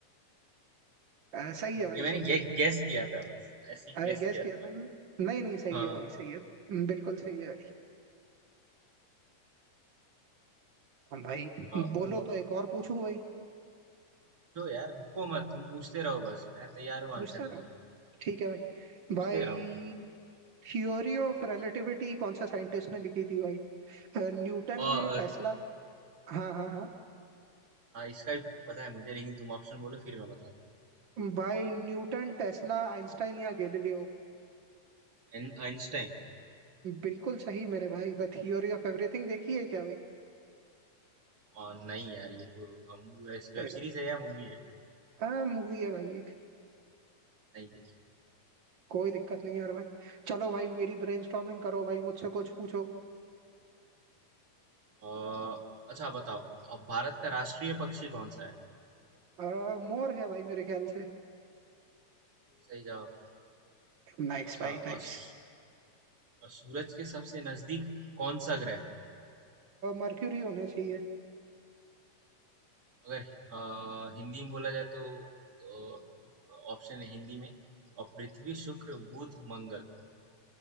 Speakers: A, on the right (about 75°); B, on the right (about 35°).
A: अ, सही है भाई
B: ये मैंने
A: सही है
B: गे, गेस किया था बस ऐसे ही
A: अरे
B: गेस
A: गैस
B: किया
A: किया
B: था
A: था
B: मैंने
A: मैंने। नहीं नहीं सही
B: हाँ
A: है भाई सही है हम्म, बिल्कुल सही है भाई हम भाई
B: अ,
A: बोलो
B: तुम
A: तो एक और पूछूं भाई
B: पूछो यार रुको मत तुम पूछते रहो बस मैं तैयार हूँ
A: पूछता
B: आंसर देने
A: रहो
B: के लिए
A: ठीक है भाई
B: पूछते
A: भाई
B: रहो
A: थ्योरी ऑफ रिलेटिविटी कौन सा साइंटिस्ट ने लिखी थी भाई अ, न्यूटन
B: और
A: ने
B: अ,
A: टेस्ला हाँ हाँ हाँ
B: हाँ इसका भी पता है मुझे लेकिन तुम ऑप्शन बोलो फिर मैं बताता हूँ
A: भाई न्यूटन टेस्ला आइंस्टाइन या गैलीलियो
B: एन- आइंस्टाइन
A: बिल्कुल सही मेरे भाई द थियोरी ऑफ एवरीथिंग देखी है क्या भाई
B: और नहीं यार ये तो वेब
A: सही में।
B: सीरीज है या मूवी है
A: हाँ मूवी है भाई एक
B: नहीं देखी
A: कोई दिक्कत नहीं यार भाई चलो भाई मेरी ब्रेनस्टॉर्मिंग करो भाई मुझसे कुछ पूछो
B: अ, अच्छा बताओ अब भारत का राष्ट्रीय पक्षी कौन सा है
A: आ, मोर है भाई मेरे ख्याल से
B: सही जवाब
A: नाइस
B: अच्छा
A: भाई नाइस
B: अ, सू- अ, सूरज के सबसे नजदीक कौन सा ग्रह है
A: मर्क्यूरी होना चाहिए
B: अगर अ, हिंदी में बोला जाए तो अ, ऑप्शन है हिंदी में और पृथ्वी शुक्र बुध मंगल